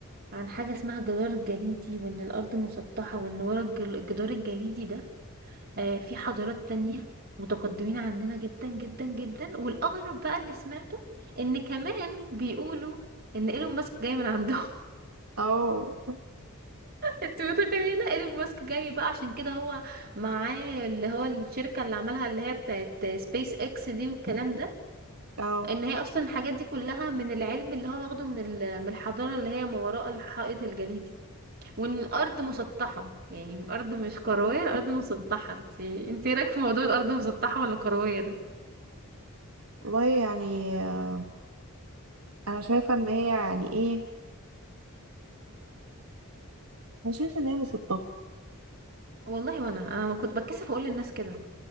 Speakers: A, on the right (about 45°); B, on the right (about 80°).
A: عن حاجه اسمها الجدار الجليدي وان الارض مسطحه وان ورا الجل- الجدار الجليدي ده آه في حضارات تانية متقدمين عننا جدا جدا جدا والاغرب بقى اللي سمعته ان كمان بيقولوا ان ايلون ماسك جاي من عندهم
B: أه
A: انت متخيله ايلون ماسك جاي بقى عشان كده هو معاه اللي هو الشركه اللي عملها اللي هي بتاعت سبيس اكس دي والكلام ده
B: أه
A: ان هي اصلا الحاجات دي كلها من العلم اللي هو واخده من ال- من الحضاره اللي هي ما وراء الحائط الجليدي وان الارض مسطحه يعني الارض مش كرويه الارض مسطحه انت انت إيه رايك في موضوع الارض مسطحه ولا كرويه ده
B: والله يعني آه، أنا شايفة إن هي يعني إيه انا شايفه ان هي مسببه
A: والله وانا انا ما كنت بتكسف اقول للناس كده